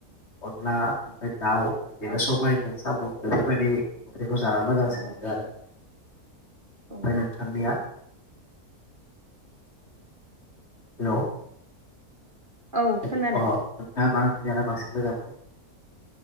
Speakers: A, on the left; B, on the right.
A: अनला ओमफाय दाउ बिदिनो
B: औ
A: सबायाइजों साम' बेफोरबायदि ओंख्रिखौ जाना मोजांसिन
B: औ
A: मोनो आरो ओमफाय
B: औ
A: नोंथांनिया? हेल' अ
B: औ खोनादों
A: नोंथाङा मा जाना बांसिन मोजां मोनो?